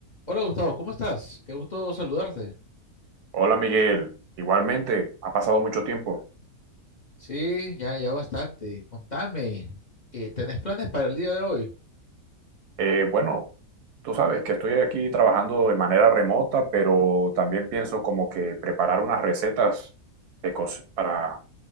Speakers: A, on the left (about 40°); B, on the right (about 85°).
A: Hola Gustavo, ¿cómo estás? Qué gusto saludarte.
B: Hola Miguel, igualmente, ha pasado mucho tiempo.
A: Sí, ya, ya bastante. Contame, eh, ¿tenés planes para el día de hoy?
B: Eh, bueno, tú sabes que estoy aquí trabajando de manera remota, pero también pienso como que preparar unas recetas de cos- para